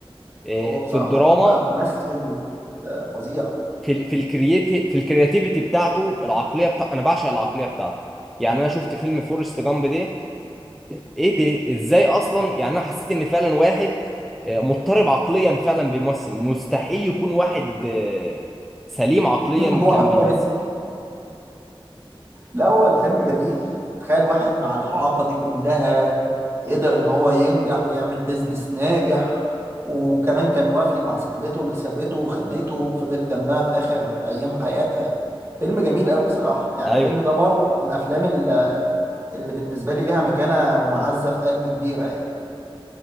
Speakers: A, in the centre; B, on the right.
A: آه،
B: هو بصراحة
A: في الدراما
B: هو ممثل آه، فظيع
A: في ال في الكرياتي في الكرياتيفيتي بتاعته العقليه بتاع انا بعشق العقليه بتاعته يعني انا شفت فيلم فورست جامب ده ايه ده ازاي اصلا يعني انا حسيت ان فعلا واحد آه، مضطرب عقليا فعلا بيمثل مستحيل يكون واحد آه، سليم عقليا
B: <laughs> هو
A: كان
B: حتى
A: بيمثل
B: الأول فيلم جميل تخيل واحد مع الإعاقة دي كلها قدر إن هو ينجح ويعمل بيزنس ناجح وكمان كان وافي مع صاحبته اللي سابته وخانته وفضل جنبها في آخر أيام حياتها فيلم جميل أوي بصراحة يعني
A: ايوه
B: الفيلم ده برضه من الأفلام اللي اللي بالنسبة لي ليها مكانة ومعزة في قلبي كبيرة يعني